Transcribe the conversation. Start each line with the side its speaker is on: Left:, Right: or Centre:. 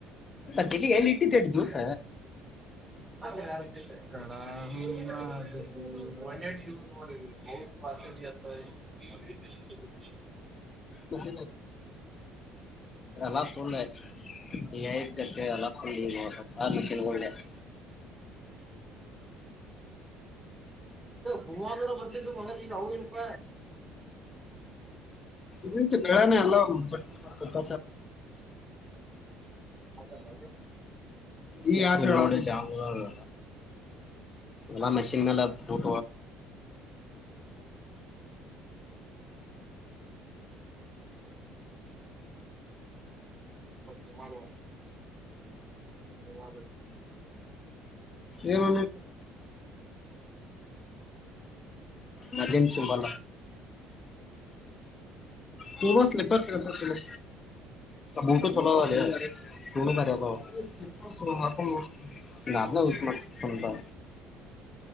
Left: ತಲಿಗೆ ಎಲ್ಲಿ ಇಟ್ಟಿದ್ದೆ ಇಟ್ಟು ದಿವಸ
Right: <inaudible> <inaudible> ಹಾಗ
Left: ಬಸ ಎಲ್ಲ ಫುಲ್ಲ ಈ ಇದ್ದಕ್ಕೆ ಎಲ್ಲ ಫುಲ್ ಆ ಷನ್ ಒಳ್ಳೆ <inaudible>
Right: ಹೂಮಂದರು ಬರ್ಲಿದ್ದು ಮೊ ನೀಗ ಅವನಪ
Left: ಹ ಬೇಳ ನ ಅಲ್ಲ ಬತ್ತ
Right: ಆದೆ ಬ
Left: ಈ ಯತ್ ಚಂಗಲ್ಲ ಎಲ್ಲ ಮೆಷಿನ್ ಮೇಲೆ ಟ
Right: ು ಮಾಡ ಒ ಮಾಡ
Left: ಏನು
Right: ಒ
Left: ಮಜೆನ್ಸಿ ಬಲ ತ
Right: ತುಂಬಾ
Left: ಸ್ಲಿಪರ್ ಸ್
Right: ಸ್ಲಿಪರ್ಸ್
Left: ಚ ಬೂಟು ಚಲ ಸ ಬ
Right: ಸ್ಲಿಪರ್ಸ್
Left: ನಾ ಯಸ್ ಮಾಡತ